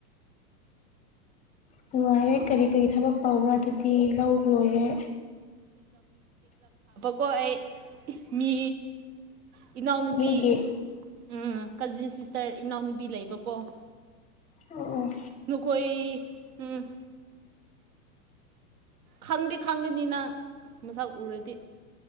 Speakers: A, on the left; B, on the right.
A: ꯅꯨꯡꯉꯥꯏꯔꯦ ꯀꯔꯤ ꯀꯔꯤ ꯊꯕꯛ ꯇꯧꯕꯔ ꯑꯗꯨꯗꯤ ꯂꯧ ꯂꯣꯏꯔꯦ
B: ꯈꯣꯏ ꯃꯤ ꯏꯅꯥꯎ ꯅꯨꯄꯤꯤ
A: ꯃꯤꯒꯤ
B: ꯎꯝ ꯀꯖꯤꯟ ꯁꯤꯁꯇꯔ ꯏꯅꯥꯎꯅꯨꯕꯤ ꯂꯩꯕꯀꯣ
A: ꯎꯃ ꯎꯝ
B: ꯅꯈꯣꯏ ꯎꯝ ꯈꯪꯗꯤ ꯈꯪꯒꯅꯤ ꯅꯪ ꯃꯁꯛ ꯎꯔꯗꯤ